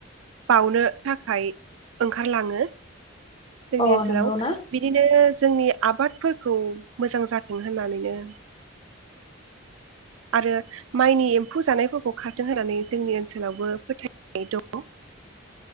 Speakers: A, on the right; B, on the left.
A: बावनो थाखाय ओंखारलाङो। जोंनि
B: अ
A: ओनसोलाव
B: नंगौ ना
A: बिदिनो जोंनि आबादफोरखौ मोजां जाथों होननानैनो आरो माइनि एम्फौ जानायफोरखौ खारथों होननानै जोंनि ओनसोलावबो फोथायनाय दङ।